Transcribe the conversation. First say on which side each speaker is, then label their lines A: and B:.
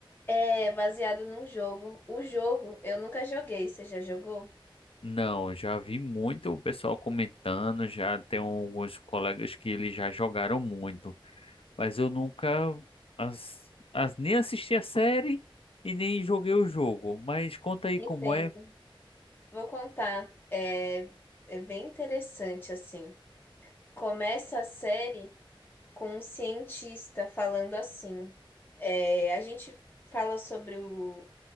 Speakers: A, on the left; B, on the left.
A: É baseado num jogo. O jogo eu nunca joguei. Você já jogou?
B: Não, já vi muito o pessoal comentando, já tem alguns colegas que eles já jogaram muito. Mas eu nunca as, as, nem assisti a série e nem joguei o jogo. Mas conta aí como
A: Entendo.
B: é.
A: Vou contar. É, é bem interessante, assim. Começa a série. com um cientista falando assim. é, a gente fala sobre o,